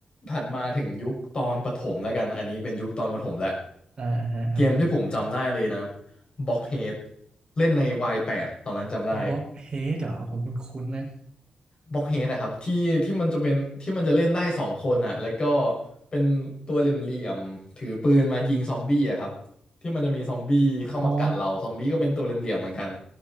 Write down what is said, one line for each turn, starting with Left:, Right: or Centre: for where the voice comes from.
Left: ถัดมาถึงยุคตอนประถมแล้วกันอันนี้เป็นยุคตอนประถมแหละ
Right: อ่าฮะอ่า
Left: เกมที่ผมจำได้เลยนะบล็อกเฮดเล่นใน Y8 ตอนนั้นจำได้
Right: บล็อกเฮดเหรอผมคุ้นๆนะ
Left: บล็อกเฮดนะครับที่ที่มันจะเป็นที่มันจะเล่นได้สองคนอ่ะแล้วก็เป็นตัวเหลี่ยมๆถือปืนมายิงซอมบี้อะครับที่มันจะมีซอมบี้เข้ามากัดเราซอมบี้ก็เป็นตัวเหลี่ยมๆเหมือนกัน
Right: อ๋อ